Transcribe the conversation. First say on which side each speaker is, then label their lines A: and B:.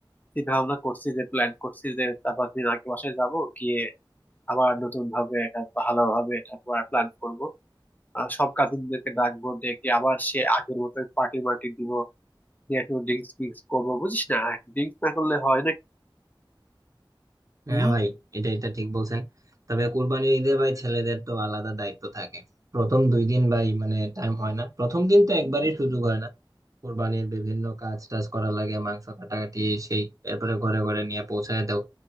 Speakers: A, on the left; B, on the right.
A: চিন্তা ভাবনা করছি যে প্ল্যান করছি যে চার পাঁচ দিন আগে বাসায় যাব গিয়ে আবার নতুন ভাবে এটা ভালোভাবে এটা প্ল্যান করব আর সব কাজিনদেরকে ডাকবো ডেকে আবার সে আগের মতো পার্টি মার্টি দিব দিয়ে একটু ড্রিঙ্কস ফিঙ্কস করবো বুঝিস না ড্রিঙ্কস না করলে হয় না
B: হ্যাঁ
A: হম
B: ভাই এটা এটা ঠিক বলছেন তবে কুরবানির ঈদে ভাই ছেলেদের তো আলাদা দায়িত্ব থাকে প্রথম দুই দিন ভাই মানে টাইম হয় না প্রথম দিন তো একবারই সুযোগ হয় না কুরবানির বিভিন্ন কাজ টাজ করা লাগে মাংস কাটাকাটি সেই এরপরে ঘরে ঘরে নিয়ে পৌঁছায় দাও